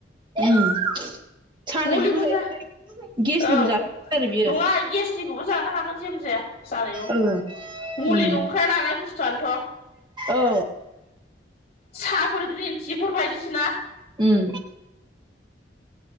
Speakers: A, on the right (about 25°); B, on the left (about 40°).
A: <inaudible> सानायनिखौ
B: मुलिखौ
A: जायो
B: ज
A: गेसनिखौ
B: औ
A: जाथारो आरो बियो
B: नङा गेसनिखौबो जानो हागोन जेबो जाया जानाय न'
A: औ
B: मुलि
A: उम
B: नंखाया नालाय बुस्थुआनोथ'
A: औ
B: साहाफोर ग्रिन टिफोर बायदिसिना
A: उम